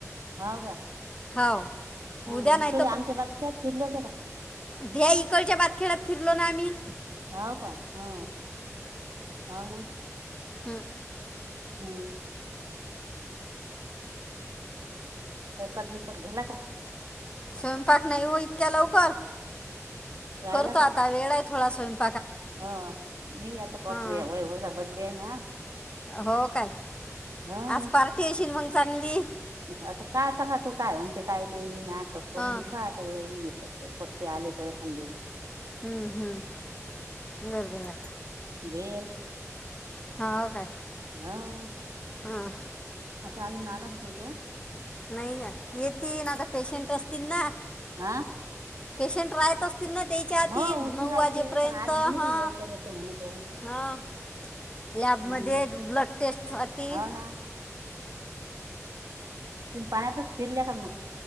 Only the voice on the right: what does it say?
हो का
ह
इकडे आमच्या बातखिल्यात फिरल्या <unintelligible>
होव का हो आणि.
हम्. <unintelligible>
राहिला
का
हो मी आता पडतोया
वैभवचा बड्डे हाय ना <unintelligible>
हा
आता काय सांगा तू काय म्हणते काय नाही मी आठ लोक करून
खात. <unintelligible> पुढचे आले तर थांबले.
वेल
ह <unintelligible>
आता अजून आलाच नाही तो,
आ,
हो उशिरा
येते पण आज
म्हणे बाई लवकर येतो म्हणे तो
हम्म
हो ना तुम्ही पायच फिरल्या का मग.